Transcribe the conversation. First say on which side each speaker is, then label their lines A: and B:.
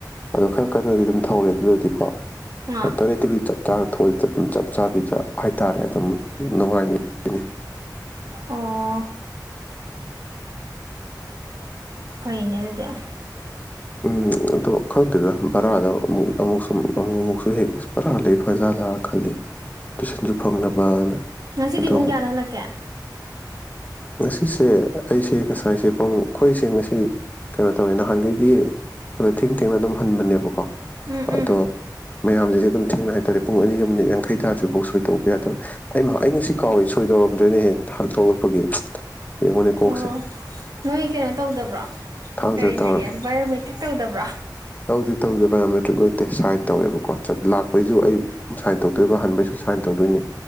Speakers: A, on the left; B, on the right.
A: ꯑꯗꯣ ꯈꯔ ꯀꯟꯅꯗꯤ ꯑꯗꯨꯝ ꯊꯧꯔꯦ ꯑꯗꯨꯗꯗꯤꯀꯣ
B: ꯑ
A: ꯇꯔꯦꯠꯇꯒꯤ ꯆꯞ ꯆꯥꯅ ꯊꯣꯛꯏꯗ ꯑꯗꯨꯝ ꯆꯞ ꯆꯥꯕꯤꯗ ꯍꯥꯏꯇꯥꯔꯦ ꯑꯗꯨꯝ ꯅꯨꯡꯉꯥꯏꯅꯤꯅꯤ
B: ꯑꯣ ꯐꯩꯅꯦ ꯑꯗꯨꯗꯤ
A: ꯎꯝ ꯑꯗꯨ ꯈꯪꯗꯦꯗ ꯚꯥꯔꯥ ꯑꯃꯨꯛ ꯑꯃꯨꯛꯁꯨꯝ ꯑꯃꯨ ꯃꯨꯛꯁꯨ ꯍꯦꯛ ꯚꯔꯥ ꯂꯩ ꯐꯖꯥꯜꯂ ꯈꯜꯂꯤ ꯇꯨꯏꯁꯟꯁꯨ ꯐꯪꯅꯕꯅ
B: ꯉꯁꯤꯗꯤ
A: ꯑꯗꯑꯣ
B: ꯄꯨꯡ
A: ꯑꯃꯨꯛ
B: ꯀꯌꯥꯗ ꯍꯜꯂꯛꯀꯦ
A: ꯉꯁꯤꯁꯦ ꯑꯩꯁꯦ ꯉꯁꯥꯏꯁꯦ ꯄꯨꯡ ꯑꯩꯈꯣꯏꯁꯦ ꯉꯁꯤ ꯀꯩꯅꯣ ꯇꯧꯋꯦ ꯅꯍꯥꯟꯒꯩꯗꯤ ꯈ ꯊꯦꯡ ꯊꯦꯡꯅ ꯑꯗꯨꯝ ꯍꯟꯕꯅꯦꯕꯀꯣ
B: ꯎꯝ
A: ꯑꯗꯣ
B: ꯎꯝ
A: ꯃꯌꯥꯝꯁꯤꯡꯁꯦ ꯑꯗꯨꯝ ꯊꯦꯡꯅ ꯍꯥꯏꯇꯥꯔꯦ ꯗ ꯄꯨꯡ ꯑꯅꯤꯒ ꯃꯤꯅꯤꯠ ꯌꯥꯡꯈꯩ ꯊꯥꯗ꯭ꯔꯤꯐꯥꯎ ꯁꯣꯏꯇꯧꯕ ꯌꯥꯗꯕ ꯑꯩꯃꯥ ꯑꯩ ꯉꯁꯤ ꯀꯥꯎꯏ ꯁꯣꯏꯗꯧꯔꯝꯗ꯭ꯔꯦꯅꯦ ꯍꯦ ꯊꯣꯛꯂꯛꯄꯒꯤ ꯌꯦꯡꯉꯨꯅꯦ ꯀꯣꯛꯁꯦ
B: ꯑꯣ ꯅꯣꯏ ꯀꯩꯅꯣ ꯇꯧꯗꯕ꯭ꯔꯣ
A: ꯊꯥꯡꯖꯗ
B: ꯀꯔꯤ
A: ꯇꯧꯔꯒꯦ
B: ꯍꯥꯏꯒꯦ ꯕꯥꯏꯑꯣꯃꯦꯇ꯭ꯔꯤꯛ ꯇꯧꯗꯕ꯭ꯔꯥ
A: ꯑꯗꯨ ꯇꯧꯗꯦ ꯏꯑꯣꯃꯦꯇ꯭ꯔꯤꯛ ꯅꯠꯇꯦ ꯁꯥꯏꯟ ꯇꯧꯋꯦꯕꯀꯣ ꯆꯠ ꯂꯥꯛꯄꯩꯁꯨ ꯑꯩ ꯁꯥꯏꯟ ꯇꯧꯗꯣꯏꯕ ꯍꯥꯟꯕꯕꯩꯁꯨ ꯁꯥꯏꯟ ꯇꯧꯗꯣꯏꯅꯦ